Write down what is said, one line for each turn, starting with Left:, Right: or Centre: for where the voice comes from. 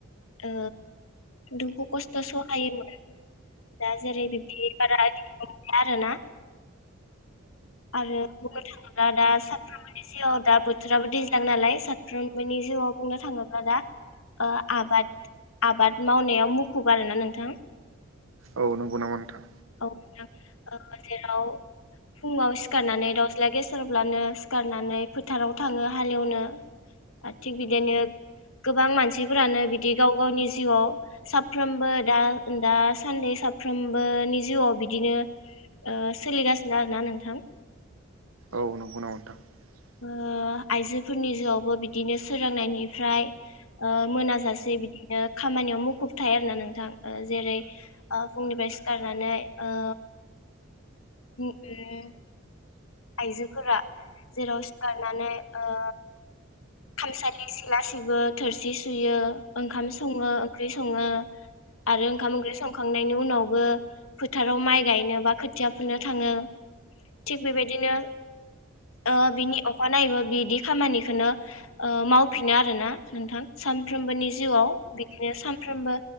Left: ओ दुखु खस्थ सहायोमोन दा जेरै बिब्दि बिबदिनो मोनलिया आरोना आरो बुंनो थाङोब्ला दा सानफ्रामबोनि जिउआव दा बोथोराबो दैज्लां नालाय साफ्रोमबोनि जिउआव बुंनो थाङोब्ला दा ओ आबाद आबाद मावनायाव मुखुब आरोना नोंथां
Right: औ नंगौ नामा नोंथां
Left: औ नोंथां ओ जेराव फुङाव सिखारनानै दाउज्ला गेसेरब्लानो सिखारनानै फोथाराव थाङो हालेवनो आरो थिग बिदिनो गोबां मानसिफोरानो बिदि गाव गावनि जिउआव साफ्रोमबो दा दासान्द साफ्रोमबोनि जिउआव बिदिनो ओ सोलिगासिनो आरोना नों थां।
Right: औ नंगौनामा नोंथां।
Left: ओ आइजोफोरनि जिउावबो बिदिनो सोरोंनायनिफ्राय ओ मोनाजासे बिदिनो खामानियाव मुखुब थायो आरो ना नोंथां ओ जेरै ओ फुंनिफ्राय सिखारनानै ओ उम उम आइजोफोरा जेराव सिखारनानै ओ खामसालि सिला सिबो, थोरसि सुयो, ओंखाम सङो, ओंख्रि सङो आरो ओंखाम ओंख्रि संखांनायनि उनावबो फोथाराव माइ गायनो बा खोथिया फुनो थाङो। थिग बेबायदिनो ओ बिनि अखानायैबो बिदि खामानिखौनो ओ मावफिनो आरोना नोंथां सानफ्रोमबोनि जिउआव बिदिनो सानफ्रोमबो